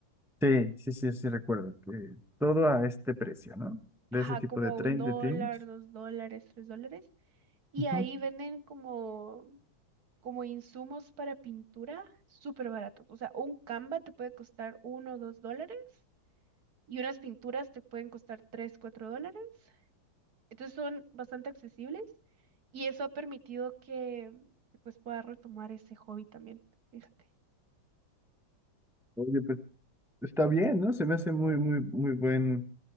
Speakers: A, in the centre; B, on the right.
A: Sí, sí, sí, sí recuerdo que todo a este precio, ¿no? De
B: Ajá,
A: ese tipo
B: como
A: de tren
B: un dólar,
A: de tiendas.
B: dos dólares, tres dólares. Y
A: Ujú.
B: ahí venden como como insumos para pintura súper baratos. O sea, un Canva te puede costar uno o dos dólares y unas pinturas te pueden costar tres, cuatro dólares. Entonces son bastante accesibles y eso ha permitido que pues pueda retomar ese hobby también. Fíjate.
A: Oye, pues está bien, ¿no? Se me hace muy, muy, muy buen,